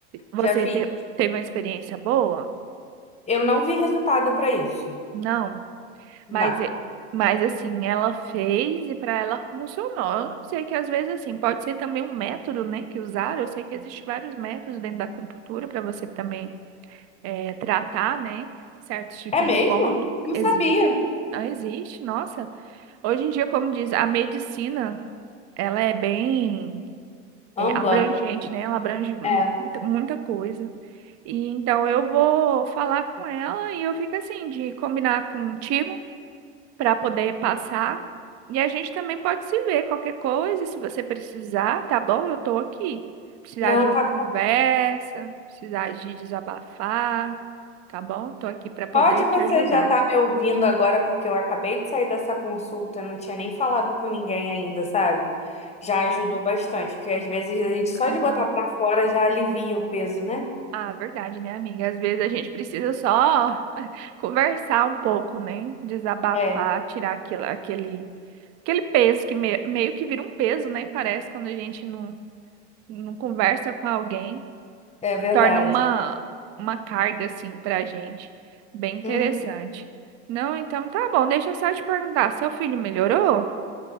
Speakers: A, on the right; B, on the left.
A: Você
B: Já fiz.
A: te- teve uma experiência boa?
B: Eu não vi resultado pra isso.
A: Não.
B: Não.
A: Mas, é- mas assim, ela fez e para ela funcionou. Eu não sei que às vezes assim, pode ser também um método, né, que usaram. Eu sei que existem vários métodos dentro da acupuntura para você também eh, tratar, né, certos tipos
B: É mesmo?
A: de pontos.
B: Não
A: Existe.
B: sabia.
A: Ah, Existe, nossa. Hoje em dia, como diz, a medicina, ela é bem eh,
B: Ampla.
A: abrangente, né? Ela abrange mu-
B: É.
A: muita, muita coisa. E então eu vou falar com ela e eu fico assim, de combinar contigo para poder passar. E a gente também pode se ver qualquer coisa, se você precisar, tá bom? Eu tô aqui. Precisar
B: Não,
A: de uma
B: tá
A: conversa, precisar de desabafar, tá bom? Tô aqui para poder
B: Pode
A: te
B: você
A: ajudar.
B: já estar me ouvindo agora, porque eu acabei de sair dessa consulta, não tinha nem falado com ninguém ainda, sabe? Já ajudou bastante, porque às vezes a gente só
A: Aham.
B: de botar pra fora já alivia o peso, né?
A: Ah, verdade, né, amiga? Às vezes a gente precisa só <laughs> conversar um pouco, né? Desabafar,
B: É,
A: tirar aquilo, aquele, aquele peso que me- meio que vira um peso, né? Parece quando a gente não, não conversa com alguém.
B: é verdade.
A: torna uma, uma carga, assim, pra gente. Bem interessante.
B: Hum.
A: Não, então tá bom. Deixa eu só te perguntar, seu filho melhorou?